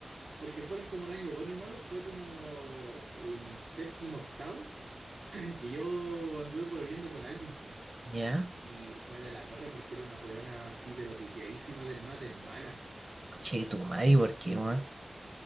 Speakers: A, on the right (about 75°); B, on the right (about 30°).
A: porque fueron como un año bueno y malo, fue como en séptimo, octavo, <clears throat> que yo anduve pololeando con alguien, po.
B: ¿Ya?
A: Y fue de la perra porque era una weona así, pero piteadísima del mate en mala.
B: Che, tu madre, ¿por qué, weón?